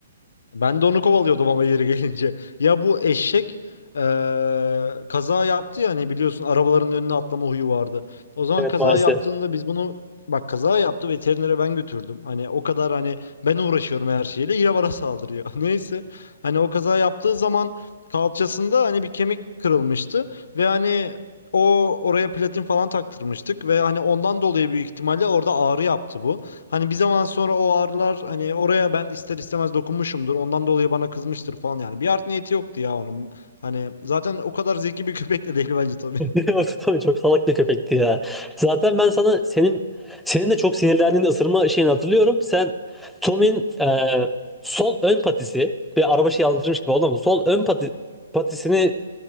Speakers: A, on the left; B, in the centre.
A: Ben de onu kovalıyordum ama yeri gelince. Ya bu eşek eee, kaza yaptı ya hani biliyorsun arabaların önüne atlama huyu vardı. O zaman
B: Evet
A: kaza
B: maalesef.
A: yaptığında biz bunu bak kaza yaptı veterinere ben götürdüm. Hani o kadar hani ben uğraşıyorum her şeyle yine bana saldırıyor. <laughs> Neyse hani o kaza yaptığı zaman kalçasında hani bir kemik kırılmıştı ve hani o oraya platin falan taktırmıştık ve hani ondan dolayı büyük ihtimalle orada ağrı yaptı bu. Hani bir zaman sonra o ağrılar hani oraya ben ister istemez dokunmuşumdur. Ondan dolayı bana kızmıştır falan yani. Bir art niyeti yoktu ya onun. Hani zaten o kadar zeki bir <laughs> köpek de değil bence tabii.
B: <laughs>
A: <laughs>
B: O tabii çok salak bir köpekti ya. Zaten ben sana senin senin de çok sinirlendiğin ısırma şeyini hatırlıyorum. Sen Tom'in e, sol ön patisi bir araba şey anlatırmış gibi oldu ama sol ön pati, patisini